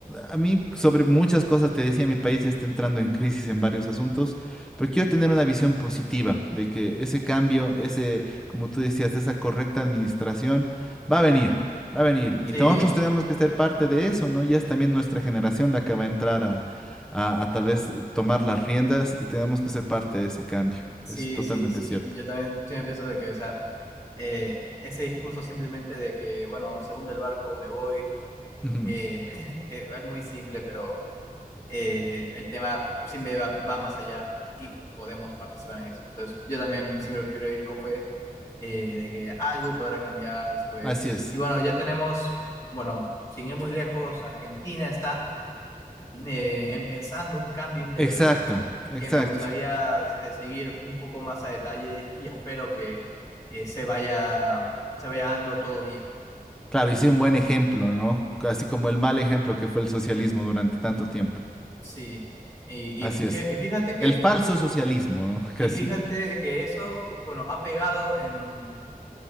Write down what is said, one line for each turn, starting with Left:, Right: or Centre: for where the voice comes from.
Centre: A mí sobre muchas cosas, te decía, mi país ya está entrando en crisis en varios asuntos, pero quiero tener una visión positiva de que ese cambio, ese, como tú decías, esa correcta administración va a venir, va a venir. Y
Left: Sí,
Centre: nosotros tenemos que ser parte de eso, ¿no? Ya es también nuestra generación la que va a entrar a, a, a tal vez eh, tomar las riendas y tenemos que ser parte de ese cambio.
Left: sí,
Centre: Es totalmente
Left: sí, sí,
Centre: cierto.
Left: yo también sí me pienso de que, o sea, eh, ese discurso simplemente de que, bueno, se hunde el barco, me voy,
Centre: Ujú,
Left: eh, <laughs> eh, es muy simple, pero eh, el tema siempre va, va más allá y podemos participar en eso. Entonces, yo también siempre prefiero ir con fe eh, de que algo podrá cambiar después.
Centre: Así es.
Left: Y bueno, ya tenemos, bueno, sin ir muy lejos, Argentina está eh, empezando un cambio interesante
Centre: Exacto, exacto.
Left: que me gustaría eh, seguir un poco más a detalle y espero que eh, se vaya, se vaya dando todo bien.
Centre: Claro, hice un buen ejemplo, ¿no? Así como el mal ejemplo que fue el socialismo durante tanto tiempo.
Left: Sí, y,
Centre: Así
Left: y fí-
Centre: es.
Left: y fíjate que,
Centre: El falso socialismo, ¿no? <laughs> Casi.
Left: y fíjate que eso, bueno, ha pegado en...